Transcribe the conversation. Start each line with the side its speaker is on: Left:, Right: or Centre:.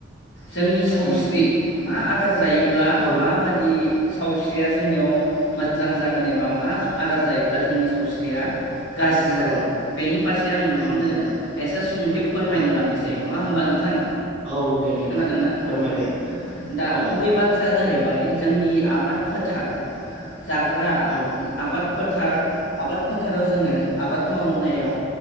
Left: जोंनि सावस्रि
Right: उम
Left: मा आ। खार जायो। अब्ला
Right: औ
Left: माबादि सावस्रिया जोंनियाव मोजां जागोन एब बा मा आदार जायोब्ला जोंनि सावस्रिया गाज्रि
Right: औ
Left: जागोन बेनि फारसे आं नोंथांनो
Right: औ नोंथां
Left: एसे सुंद'यै फोरमायनो
Right: औ
Left: लानायसै। नङा होमबा नोंथां?
Right: औ दे नोंथां
Left: खोनादोंनाा
Right: फोरमायलाय
Left: अ अ दा
Right: औ
Left: गुबै बाथ्राया जाहैबाय जोंनि आबाद फोथार जाग्रा
Right: औ
Left: आबाद फोथार, आबाद फोथ थाराव जोङो आबाद मावनायाव